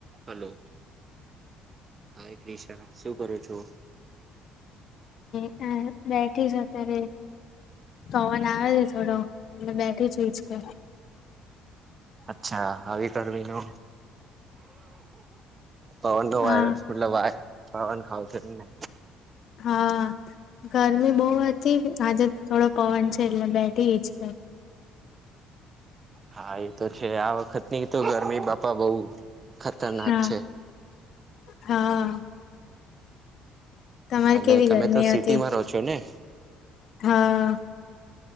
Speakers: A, on the right; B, on the left.
A: Hello hi Krisha શું કરો છો?
B: હ બેઠી છે, અત્યારે પવાન આવે છે થોડો બેઠી છું ઈચકે
A: અચ્છા આવી કરવી નો પવન
B: હા
A: <unintelligible> પાવન ખાવ છે એમને
B: હા, ગરમી બો હતી આજે થોડો પવન છે એટલે બેઠી જ ગઈ
A: હાએ તો છે આ વખતની તો ગરમી બાપા બહુ ખતરનાક
B: હા.
A: છે.
B: હા તમારે
A: અને
B: કેવી
A: તમે
B: ગરમી
A: તો સિટીમાં
B: હતી
A: રહો છો ને
B: હા